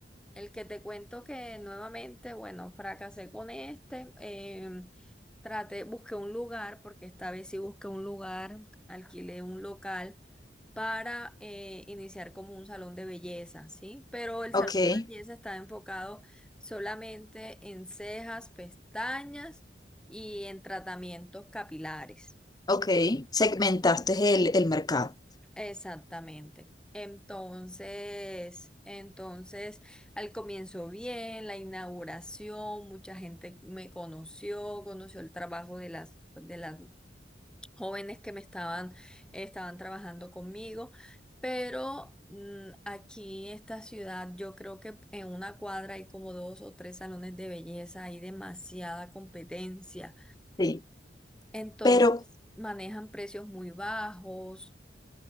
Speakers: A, in the centre; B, on the left.
A: El que te cuento que nuevamente, bueno, fracasé con este. em, traté, busqué un lugar, porque esta vez sí busqué un lugar, alquilé un local para eh, iniciar como un salón de belleza, ¿sí? Pero el salón
B: Ok.
A: de belleza está enfocado solamente en cejas, pestañas y en tratamientos capilares.
B: Ok, segmentaste el, el mercado.
A: Exactamente. Entonces, entonces, al comienzo bien, la inauguración, mucha gente me conoció, conoció el trabajo de las, de las jóvenes que me estaban, estaban trabajando conmigo, pero mm, aquí en esta ciudad, yo creo que en una cuadra hay como dos o tres salones de belleza, hay demasiada competencia.
B: Sí.
A: Entonces,
B: Pero
A: manejan precios muy bajos